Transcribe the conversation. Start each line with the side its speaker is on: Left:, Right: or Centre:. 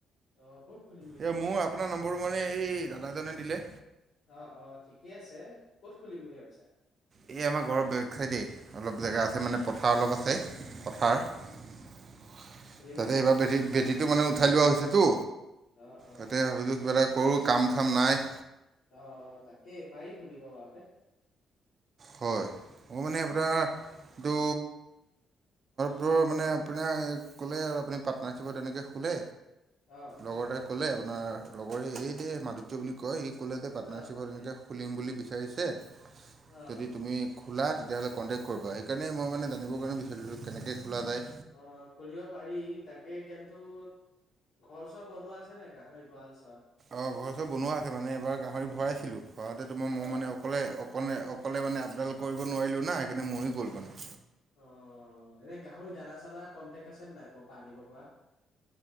Left: অ ক'ত? খুলিম বুলি
Right: এ
Left: ভাবিছা
Right: মোৰ আপোনাৰ নম্বৰটো মানে এই দাদাজনে দিলে।
Left: অ অ ঠিকে আছে, ক'ত খুলিম বুলি ভাবিছা?
Right: এই আমাৰ ঘৰৰ বেক চাইডেই, অলপ জেগা আছে মানে পথাৰ অলপ আছে পথাৰ।
Left: অ
Right: তাতে
Left: খুলিবা নেকি
Right: এইবাৰ বেট বেটী মানে উঠাই লোৱা হৈছেতো,
Left: অ অ
Right: তাতে ভাবিলছোঁ কিবা এটা কৰোঁ কাম চাম নাই।
Left: আহ তাকেই পাৰি খুলিব বাৰুতে।
Right: হয় ম মানে আপোনাৰ এইটো ঘ মানে আপোনাক কলে আৰু আপুনি পাটনাৰশিপৰ তেনেকে খোলে
Left: অ
Right: লগৰতে ক'লে আপোনাৰ লগৰে এই যে মাধুৰ্য্য বুলি কয়। ক'লে যে পাৰ্টনাৰশ্বিপত
Left: অ
Right: এনেকৈ খুলিম বুলি বিচাৰিছে।
Left: অ
Right: যদি তুমি খোলাতিয়াহ'লে কণ্টেক্ট কৰিবা সেইকাৰণেই মই মানে জানিব কাৰণে বিচাৰিছোঁ কেনেকৈ খোলা যায়।
Left: অ খুলিব পাৰি তাকে কিন্তু ঘৰ চৰ বনোৱা আছে নে গাহৰি। গঁৰাল চৰাল
Right: অ ঘৰ চব বনোৱা আছে মানে এবাৰ গাহৰি ভৰাইছিলো ভৰাতে তোমাৰ মই
Left: অ
Right: মানে অকলে অকলে অকলে মানে আপডাল কৰিব নোৱাৰিলো না সেইকাৰণে মৰি গ'ল মানে।
Left: অ অ এনে গাহৰি দানা চানা কন্তেক আছে নে নাই ক'ৰ পৰা আনিব পৰা?